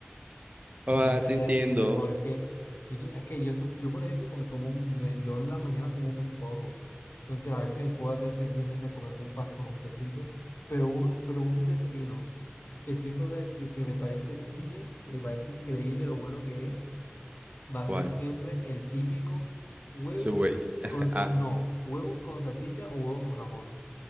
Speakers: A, on the right; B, on the left.
A: Ah,
B: No sabría
A: te entiendo.
B: decirte, porque es que yo, so- es que yo, so- yo por ejemplo, porque como me- yo en las mañanas como muy poco, entonces a veces me puedo hacer simplemente comerme un pan con un quesito, pero uno, pero un desayuno que siempre voy a decir que me parece cine, que me parece increíble lo bueno que es, va a
A: ¿Cuál?
B: ser siempre el típico huevo
A: Ese güey. <laughs>
B: con, sa-
A: Ah,
B: no, huevo con salchicha o huevo con jamón.